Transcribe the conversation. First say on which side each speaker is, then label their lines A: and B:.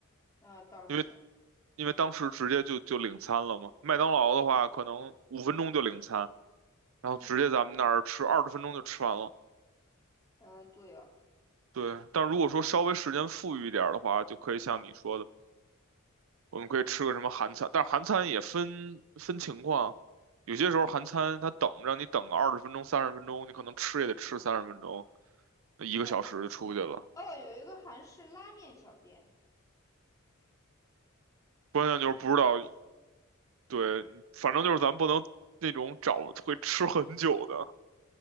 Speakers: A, on the left; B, on the right.
A: 啊、倒是，
B: 因为因为当时直接就就领餐了嘛。麦当劳的话，可能五分钟就领餐，然后直接咱们那儿吃二十分钟就吃完了。
A: 嗯，呃，对哦，
B: 对，但如果说稍微时间富裕一点儿的话，就可以像你说的，我们可以吃个什么韩餐，但是韩餐也分分情况，有些时候韩餐他等让你等个二十分钟、三十分钟，你可能吃也得吃三十分钟，一个小时就出去了。
A: 对哦，有一个韩式拉面小店，
B: 关键就是不知道，对，反正就是咱不能那种找会吃很久的